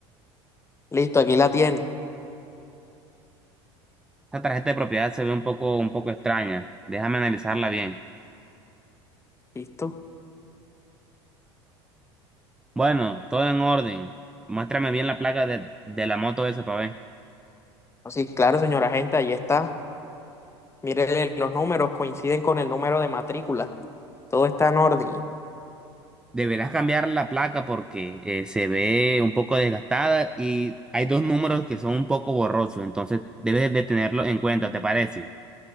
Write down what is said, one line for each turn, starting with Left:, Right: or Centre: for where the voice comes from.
Left: Listo, aquí la tiene.
Centre: Esta tarjeta de propiedad se ve un poco, un poco extraña, déjame analizarla bien.
Left: ¿Listo?
Centre: Bueno, todo en orden. Muéstrame bien la placa de, de la moto esa para ver.
Left: Oh, Sí, claro, señora gente, ahí está. Mírele, los números coinciden con el número de matrícula. Todo está en orden.
Centre: Deberás cambiar la placa porque eh, se ve un poco desgastada y hay dos números que son un poco borrosos, entonces debes de tenerlo en cuenta, ¿te parece?